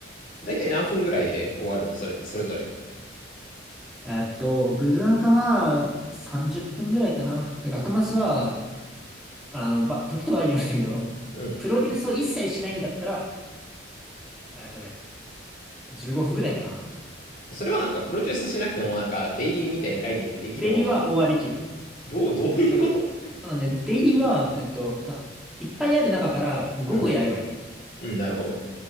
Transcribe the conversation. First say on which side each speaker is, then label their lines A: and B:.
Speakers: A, on the left; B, in the centre.
A: だいたい何分ぐらいで終わるのそれってそれぞれ。
B: えっと、ブルアカは30分ぐらいかな。で、学マスは、あの、ば、時と場合によるんだけど、
A: うん。
B: プロデュースを一切しないんだったら、えっとね、15分ぐらいかな。
A: それはなんかプロデュースしなくてもなんかデイリーみたいな概念ってできるもんなの
B: デイリーは終わりきる。
A: どう、どういうこと
B: となんかね、デイリーは、えっと、なんかいっぱいある中から5個やればいいのに。
A: うん、うん、なるほど。